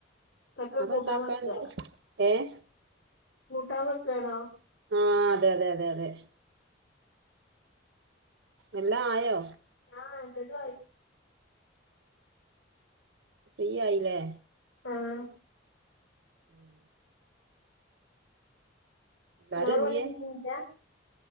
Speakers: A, on the left; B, on the right.
A: ചക്ക
B: അത്ണ്ടാക്കാണ്ട്
A: കൂട്ടാൻ വെക്കാ
B: ഏഹ്
A: കൂട്ടാൻ വക്കണോ
B: ആഹ് അതെയതെയതെ അതെ എല്ലാം ആയോ
A: ആഹ് എല്ലതു ആായി
B: ഫ്രീ ആയില്ലേ
A: ആഹ്
B: ഉം എല്ലാരും
A: ഇങ്ങളെ
B: എന്തിയേ
A: പണി കഴിഞീലാ